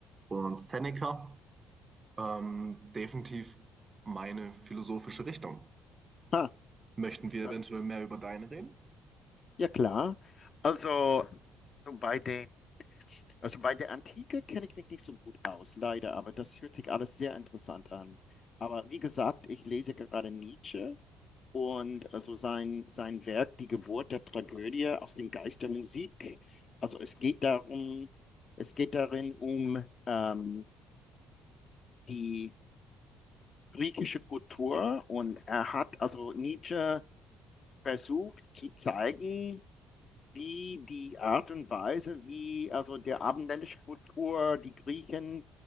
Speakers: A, on the right (about 25°); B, on the left (about 45°).
A: und Seneca, ähm, definitiv meine philosophische Richtung.
B: Ha.
A: Möchten wir
B: Ja.
A: eventuell mehr über deine reden?
B: Ja, klar. Also, so bei den, also bei der Antike kenne ich mich nicht so gut aus, leider, aber das hört sich alles sehr interessant an. Aber wie gesagt, ich lese gerade Nietzsche und also sein, sein Werk Die Geburt der Tragödie aus dem Geist der Musik. Also es geht darum, es geht darin um ähm, die griechische Kultur und er hat also Nietzsche versucht zu zeigen, wie die Art und Weise, wie also der abendländische Kultur die Griechen